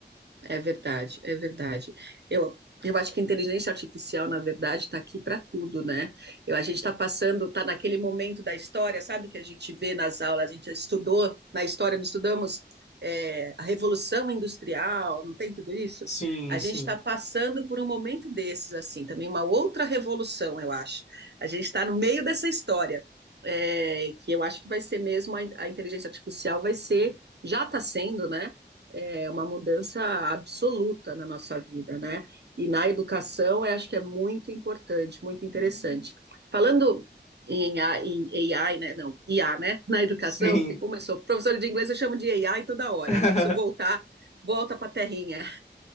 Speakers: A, on the right; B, on the left.
A: É verdade, é verdade. Eu, eu acho que a inteligência artificial, na verdade, está aqui para tudo, né? Eu, a gente está passando, está naquele momento da história, sabe, que a gente vê nas aulas, a gente estudou, na história, não estudamos é, a Revolução Industrial, não tem tudo isso?
B: Sim,
A: A
B: sim.
A: gente está passando por um momento desses, assim, também uma outra revolução, eu acho. A gente está no meio dessa história, é, que eu acho que vai ser mesmo, a, a inteligência artificial vai ser, já está sendo, né? é, uma mudança absoluta na nossa vida, né? E na educação, eu acho que é muito importante, muito interessante. Falando em AI, em né? Não, IA, né? <laughs> Na educação,
B: Sim.
A: porque começou, professor de inglês eu chamo de AI toda hora,
B: <laughs>
A: e preciso voltar, volta para a terrinha.